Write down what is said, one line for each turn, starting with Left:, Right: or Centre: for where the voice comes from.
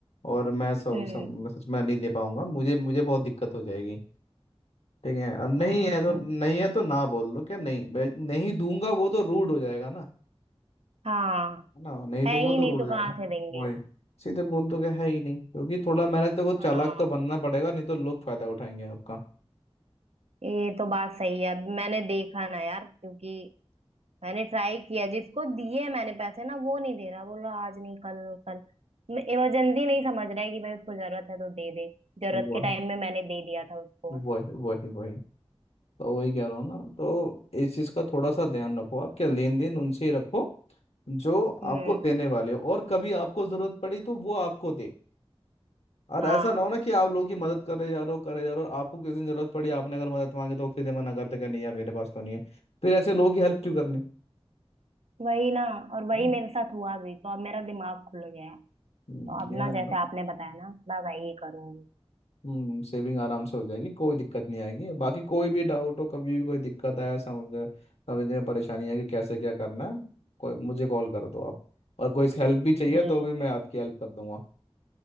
Left: और मैं सब
Right: हम्म
Left: सब सच में नहीं दे पाऊंगा मुझे मुझे बहुत दिक्कत हो जाएगी ठीक है और नहीं
Right: हाँ
Left: है तो नहीं है तो ना बोल दो क्या नहीं भाई, नहीं दूंगा वो तो रूड हो जाएगा ना
Right: हाँ
Left: है ना नहीं
Right: है
Left: दूंगा
Right: ही
Left: तो
Right: नहीं
Left: रूड
Right: तो
Left: हो
Right: कहाँ
Left: जाएगा
Right: से देंगे
Left: वही सीधे बोल दो कि है ही नहीं क्योंकि थोड़ा मेहनत तो को
Right: हाँ
Left: चालाक तो बनना पड़ेगा नहीं तो लोग फायदा उठाएंगे आपका
Right: ये तो बात सही है मैंने देखा ना यार क्योंकि मैंने ट्राई किया जिसको दिए मैंने पैसे ना वो नहीं दे रहा बोलो आज नहीं कल कल इमरजेंसी नहीं समझ रहा है कि भाई उसको जरूरत है तो दे दे जरूरत
Left: वही
Right: के टाइम में मैंने दे दिया था उसको
Left: वही वही वही तो वही कह रहा हूँ ना तो इस चीज़ का थोड़ा सा ध्यान रखो आप क्या लेन देन उनसे ही रखो जो
Right: हम्म
Left: आपको देने वाले हो और कभी आपको जरूरत पड़ी तो वो आपको दे और
Right: हाँ
Left: ऐसा ना हो ना कि आप लोगों की मदद कर रहे जा रहे हो कर रहे जा रहे हो और आपको किसी दिन जरूरत पड़ी आपने अगर मदद मांगी तो सीधे मना कर देगा नहीं यार मेरे पास तो नहीं है फिर ऐसे लोगों की हेल्प क्यों करनी
Right: वही ना और वही
Left: है ना?
Right: मेरे साथ हुआ भी तो अब मेरा दिमाग खुल गया है तो
Left: हम्म,
Right: अब
Left: ध्यान
Right: ना जैसे
Left: दो
Right: आपने बताया ना मैं वही करूंगी
Left: हम्म सेविंग आराम से हो जाएगी कोई दिक्कत नहीं आएगी बाकी कोई भी डाउट हो कभी भी कोई दिक्कत आए समझ समझने में परेशानी है कि कैसे क्या करना है कोई मुझे कॉल कर दो आप और कोई हेल्प भी चाहिए
Right: ठीक
Left: तो भी मैं
Right: है
Left: आपकी हेल्प कर दूंगा